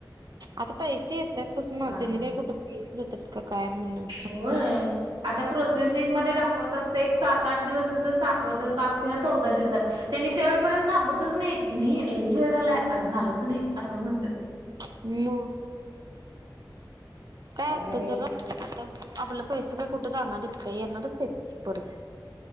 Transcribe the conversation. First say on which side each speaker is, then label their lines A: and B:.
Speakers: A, on the right (about 55°); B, on the right (about 80°).
A: आता पैसे येत्यातच ना
B: बाळ
A: तीते काय कुठ येऊ देत्यात काय म्हणून
B: होय आता प्रोसेसिंग मध्ये दाख कस असत एक सात आठ दिवस तर दाखवत सात किंवा चौदा दिवसात त्यांनी त्यावेेळपर्यंत थांबतच नाही नाही लईच वेळ झालाय अजून आलंच नाही असंच म्हणत्यात
A: ह्म
B: अवघड
A: काय आता
B: आहे बाई.
A: जरा आता आपलं पैसे काय कुठ जाणार आहेत काय येणारच आहेत की परत